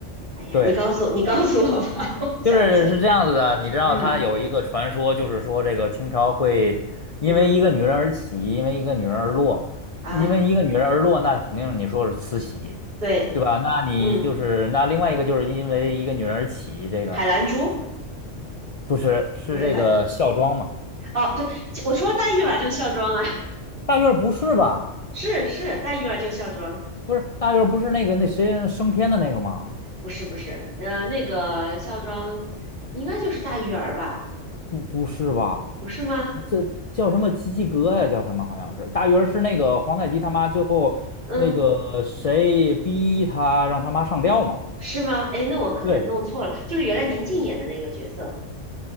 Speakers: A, on the right (about 45°); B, on the left (about 65°).
A: 哎呀，
B: 对，
A: 你告诉我，你告诉我吧，<laughs> 我想不起来。
B: 就是是这样子的，你知道他有一个传说，
A: 嗯
B: 就是说这个清朝会因为一个女人而起，
A: 嗯
B: 因为一个女人而落，
A: 啊，
B: 因为一个女人而落，那肯定你说是慈禧。
A: 对，
B: 对吧？那你就是那另外一个就是因为一个女人而起，
A: 嗯，
B: 这个
A: 海兰珠
B: 不是是这个孝庄嘛？
A: 不是海兰，哦，对，我说大玉了就孝庄啊。
B: 大院儿不是吧？
A: 是是，大玉儿就孝庄，
B: 不是大院儿不是那个那谁升天的那个吗？
A: 不是不是，呃，那个孝庄应该就是大玉儿吧？
B: 不不是吧？
A: 不是吗？
B: 这叫什么基基哥呀？叫什么？好像是大院儿是那个皇太极他妈最后那个谁逼他让他妈上吊嘛？
A: 嗯，是吗？哎，那我可能弄错了，
B: 对，
A: 就是原来宁静演的那个角色，